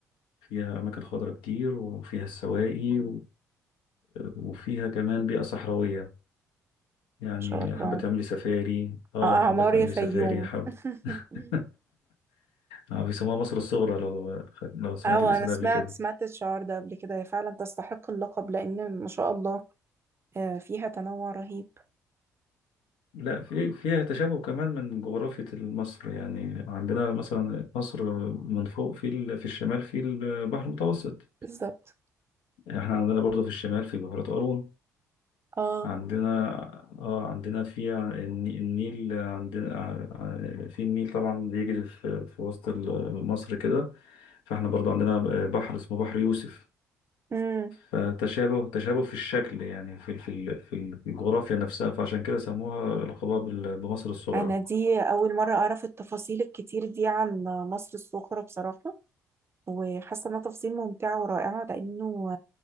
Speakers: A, on the left; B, on the right.
A: فيها أماكن خضراء كتير وفيها السواقي وفيها كمان بيئة صحراوية يعني
B: ما شاء الله
A: حابة تعملي سفاري اه
B: آه، اعمار
A: حابة تعملي
B: يا فيوم
A: سفاري حب
B: <laughs>
A: <laughs> آه بيسموها مصر الصغرى لو لو سمعت
B: اه
A: الاسم
B: انا
A: ده
B: سمعت
A: قبل كده
B: سمعت الشعار ده قبل كده هي فعلا تستحق اللقب لان ما شاء الله آه، فيها تنوع رهيب
A: لا في فيها تشابه كمان من جغرافية مصر يعني عندنا مثلا مصر من فوق في ال- في الشمال في البحر المتوسط
B: بالظبط
A: يعني احنا عندنا برضه في الشمال في بحيرة قارون
B: اه
A: عندنا اه عندنا في ع- الني- النيل عندنا ع- ع- في النيل طبعا بيجري في, في وسط ال- مصر كده فاحنا برضو عندنا بحر اسمه بحر يوسف
B: امم
A: فتشابه تشابه في الشكل يعني في ال- في ال- في ال- في الجغرافيا نفسها فعشان كده سموها لقبها بال- بمصر الصغرى
B: انا دي اول مره اعرف التفاصيل الكتير دي عن مصر الصغرى بصراحه وحاسه انها تفاصيل ممتعه ورائعه لانه